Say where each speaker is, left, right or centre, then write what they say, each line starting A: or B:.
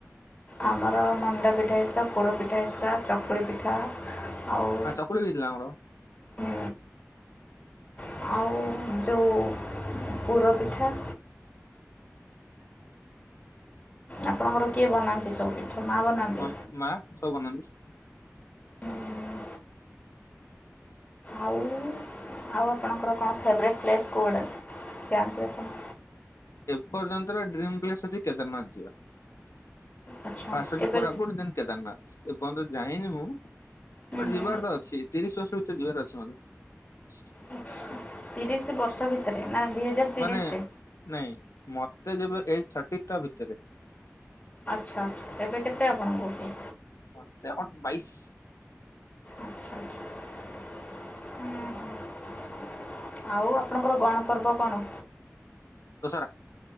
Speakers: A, on the left (about 20°); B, on the left (about 75°).
A: ଆମର ମଣ୍ଡା ପିଠା ହେଇଥିଲା ପୋଡ଼ ପିଠା ହେଇଥିଲା ଚକୁଳି ପିଠା ଆଉ
B: ଆ ଚକୁଳି ବି ହେଇଥିଲା ଆମର।
A: ହୁଁ, ଆଉ ଯୋଉ ପୁର ପିଠା ଆପଣଙ୍କର କିଏ ବନାନ୍ତି ସବୁ ପିଠା? ମା ବନାନ୍ତି?
B: ମା ମାଆ ସବୁ ବନାନ୍ତି।
A: ହୁଁ। ଆଉ ଆଉ ଆପଣଙ୍କର କଣ ଫେବ୍ରେଟ୍ ପ୍ଲେସ୍ କୋଉ ଆଡ଼େ ଯାଆନ୍ତି ଆପଣ?
B: ଏପର୍ଯ୍ୟନ୍ତ ର ଡ୍ରିମ୍ ପ୍ଲେସ୍ ଅଛି କେଦାର ନାଥ ଯିବା।
A: ଆଚ୍ଛା
B: ଫାଷ୍ଟ୍
A: କେବେ
B: ଅଛି କୋରାପୁଟ ଦେନ୍ କେଦାର ନାଥ ଏପର୍ଯ୍ୟନ୍ତ ଯାଇନି ମୁଁ
A: ହୁଁ
B: ବଟ୍
A: ହୁଁ
B: ଯିବାର ତ ଅଛି ତିରିଶି ବର୍ଷ ଭିତରେ ଯିବାର ଅଛି ମତେ।
A: ହୁଁ। ତିରିଶି ବର୍ଷ ଭିତରେ ନାଁ ଦି ହଜାର ତିରିଶରେ
B: ମାନେ ନାଇଁ ମତେ ଯେବେ ଏଜ୍ ଥାଟି ତା ଭିତରେ।
A: ଆଚ୍ଛା ଆଚ୍ଛା ଏବେ କେତେ ଆପଣଙ୍କୁ?
B: ମତେ ଅଟ ବାଇଶି।
A: ଆଚ୍ଛା ଆଚ୍ଛା ହୁଁ ହୁଁ। ଆଉ ଆପଣଙ୍କର ଗଣପର୍ବ କଣ?
B: ଦଶହରା।